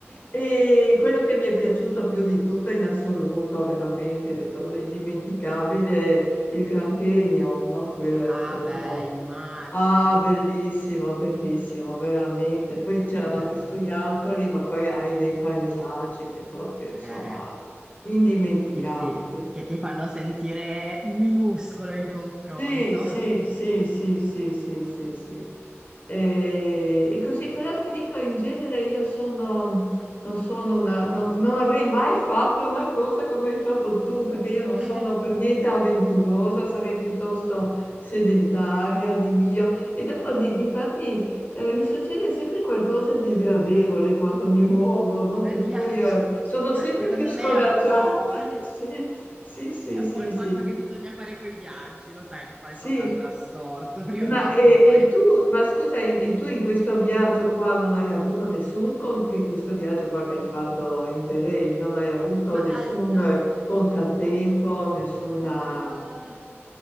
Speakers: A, on the left; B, on the right.
A: E quello che mi è piaciuto più di tutto in assoluto, veramente, ricordo, indimenticabile, è il Grand Canyon, no? Quello è
B: Ah,
A: proprio...
B: beh, immagino.
A: Ah, bellissimo, bellissimo, veramente. Poi c'erano
B: Da-
A: anche scoiattoli, ma poi hai dei paesaggi che proprio, insomma,
B: eh,
A: indimenticabili.
B: sì, sì, che ti fanno sentire minuscolo in confronto.
A: Sì, sì, sì, sì, sì, sì, sì, sì. Eh, E, così, però ti dico, in genere io sono, non sono una, non, non avrei mai fatto una cosa come hai fatto tu, perché io non
B: <laughs>
A: sono per niente avventurosa, sarei piuttosto sedentaria di mio. E dopo, di, difatti, eh, mi succede sempre qualcosa di sgradevole quando mi muovo, no?
B: Grandi
A: Per cui,
B: viaggi.
A: eh, sono sempre
B: Ma secondo
A: più scoraggiata.
B: me è un po',
A: <laughs>
B: <laughs>
A: Sì, sì,
B: è un
A: sì, sì,
B: po' il
A: sì.
B: patto che bisogna fare con i viaggi, lo sai che qualcosa
A: Sì,
B: andrà storto <laughs> prima
A: ma,
B: o
A: e,
B: poi.
A: e tu, ma scusa, in- e tu in questo viaggio qua non hai avuto nessun, con, che questo viaggio qua che hai fatto in Interrail, non hai avuto
B: Ma
A: nessun
B: al- a-
A: eh, contrattempo, nessuna...
B: eh,